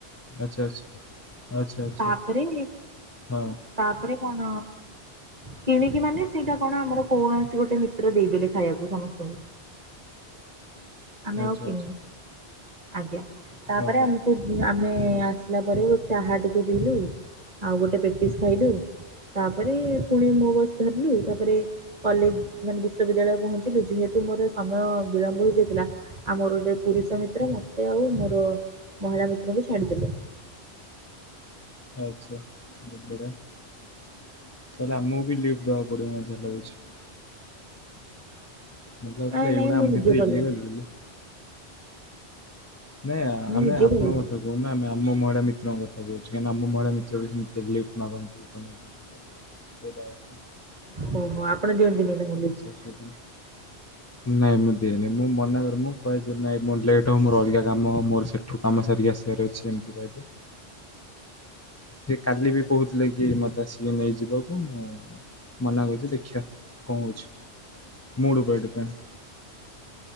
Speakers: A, on the left (about 20°); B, on the right (about 40°).
A: ଆଚ୍ଛା ଆଚ୍ଛା ଆଚ୍ଛା ଆଚ୍ଛା
B: ତାପରେ
A: ହଁ
B: ତାପରେ କଣ କିଣିକି ମାନେ ସେଇଟା କଣ ଆମର କୌଣସି ଗୋଟେ ନିତ୍ର ଦେଇଦେଲେ ଖାଇବାକୁ ସମସ୍ତଙ୍କୁ ଆମେ
A: ଆଚ୍ଛା
B: କି
A: ଆଚ୍ଛା
B: ଆଜ୍ଞା ତାପରେ
A: ଓହୋ
B: ଆମକୁ ଆମେ
A: ଆଚ୍ଛା
B: ଆସିଲା ପରେ ଗୋେ ଚାହା ଟିକେ ପିଇଲୁ ଆଉ ଗୋଟେ ପ୍ରେକ୍ଟିସ୍ ଖାଇଲୁ ତାପରେ ପୁଣି ମୋ ବସ ଧରିଲୁ ତାପରେ କଲେଜ ମାନେ ବିଶ୍ବିଦ୍ୟାଳୟ ପହଞ୍ଚିଲୁ ଯେହେତୁ ମୋର ସମୟ ବିଳମ୍ବ ହେଇଯାଇଥିଲା ଆଉମର ଗୋଟେ ପୁରୁଷ ମିତ୍ର ମତେ ଆଉ ମୋର ମହିଳା ପୁତ୍ରଙ୍କୁ ଛାଡିଦେଲେ
A: ଆଚ୍ଛା ବଢିଆ ତାହାଲେ ଆମକୁ ବି ଲିଫ୍ଟ ଦବାକୁ ପଡିବ ମତେ ଯାହା ଲାଗୁଛି ମତେ ଲାଗୁଥିଲା
B: ନାଇଁ ନାଇଁ
A: ଏଗୁଡା
B: ମୁଁ
A: ଆମ
B: ନିଜେ
A: ଭିତରେ
B: ପଳେଇବି
A: ହେଇଲି ଗଲି ନାଇଁ
B: ମୁଁ
A: ଆମେ
B: ନିଜେ
A: ଆପଣଙ୍କ
B: ପଳେଇବି
A: କଥା କହୁନ ଆମେ ଆମ ମହିଳା ମିତ୍ରଙ୍କ କଥାହୁଛି କାହିଁକି ଆମ ମଳିଳା ମିତ୍ର ବି ସେମିତି ଲିଫ୍ଟ ମାଗନ୍ତି ତମ ସେ ଦ <inaudible>
B: ହ ହୋ ଆପଣ ଦିଅନ୍ତିନି ତାଙ୍କୁ ଲିଫ୍ଟ
A: ଅସୁବିଧା ନାହିଁ। ନାଇଁ ମୁଁ ଦିଏନି, ମୁଁ ମନାକରେ, ମୁଁ କହେ ଯେ ନାଇଁ ମୋର ଲେଟ ହଉ ମୁ ରଗାର କାମ ମୋର ସେଠୁ କାମ ସାରିକି ଆସିବାର ଅଛି ଏମିତି ଭ କାଲି ବି କହୁଥିଲେ କି ମୋତେ ଆସିକି ନେଇଯିବାକୁ ମୁଁ ମନା କରୁଛି ଦେଖିବା କଣ କହୁଛି ମୂଡ ଉପରେ ଡିପେଣ୍ଡ